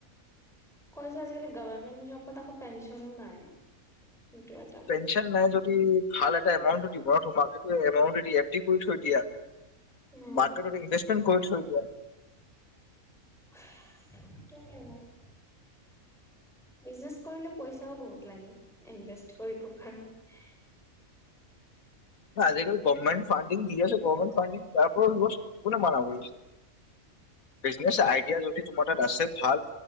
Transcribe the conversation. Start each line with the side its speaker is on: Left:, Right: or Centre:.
Centre: কৈছ আজিকালি গভৰ্মেণ্ট জবত আকৌ পেনচনো নাই সটো
Left: পেঞ্চন নাই ভাল এটা এমাউন্ট ও দিব তোমাক সেইটো এমাউণ্ট দি এফ ডি কৰি থৈ দিয়া।
Centre: উম
Left: মাৰ্কেটত ইনভেষ্টমেন্ট কৰি থৈ দিয়া।
Centre: <inaudible> বিজনেচ কৰিলে পইচাও বহুত লাগে ইনভেষ্ট কৰিব কাৰণে
Left: আজিকাল গভৰ্মেট ফানণ্ডিং দি আছে গভমেন্ট ফানণ্ডিং তাৰপৰা লোৱা কোনে মানা কৰিছে? বিজনেচ আইডিয়া যদি তোমাৰ তাত আছে ভাল